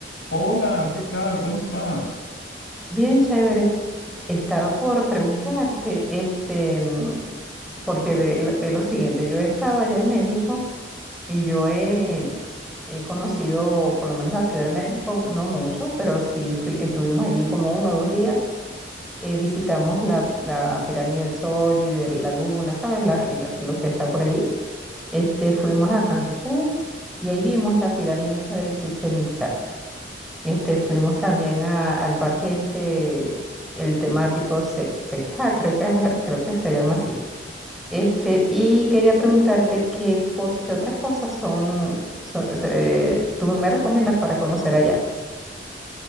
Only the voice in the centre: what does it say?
Bien, chévere. Estaba por preguntarte, este, mm, porque ve, lo ve lo siguiente, yo he estado allá en México y yo he, he conocido por lo menos la Ciudad de México, no mucho, pero sí fui, estuvimos allí como uno o dos días. Eh, visitamos la, la Pirámide del Sol y de la Luna, ¿sabes? La- la- lo que está por allí. Este, fuimos a Cancún y ahí vimos la pirámide esa de Chichen Itza. Este, fuimos también a- al parque este, el temático Sec, Secja, creo que, es- creo que se llama así. Este, y quería preguntarte qué cos- qué otras cosas son, son- se- tú me recomiendas para conocer allá.